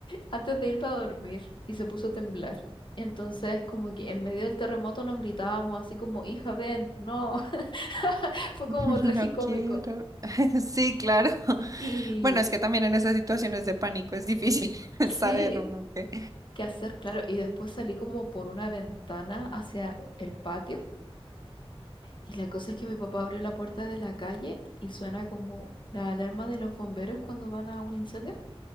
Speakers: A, on the left; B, on the right.
A: antes de irme a dormir y se puso a temblar. Entonces como que en medio del terremoto nos gritábamos así como, hija, ven, no, <laughs> fue
B: <laughs>
A: como tragicómico.
B: No quiero. <laughs> Sí, claro. <laughs>
A: Y
B: Bueno, es que también en esas situaciones de pánico es difícil <laughs>
A: sí,
B: saber uno qué.
A: qué hacer, claro. Y después salí como por una ventana hacia el patio y la cosa es que mi papá abrió la puerta de la calle y suena como la alarma de los bomberos cuando van a un incendio,